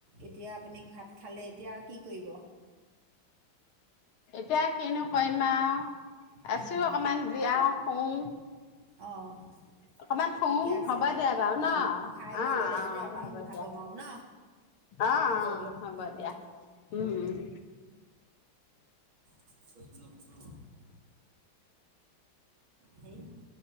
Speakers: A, on the right (about 75°); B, on the left (about 80°).
A: এতিয়া আপুনি ভাত খালে, এতিয়া কি কৰিব?
B: এতিয়া কিনো কৰিম আও
A: উম,
B: আছোঁ অকমান জীয়াও শুঁ।
A: অঁ'
B: অকমান শুঁ
A: ঠিকে আছে
B: হ'ব
A: দিয়ক
B: দিয়া বাৰু ন'
A: অঁ খাই বৈ
B: অঁ
A: ল'লে যেতিয়া
B: অঁ
A: অকণ
B: হ'ব
A: ভাগৰ
B: দিয়া।
A: মাৰক ন
B: অঁ
A: হ'ব
B: অঁ
A: দিয়ক
B: হব
A: উম
B: দিয়া,
A: উম
B: উম উম'।
A: <unintelligible> সেই-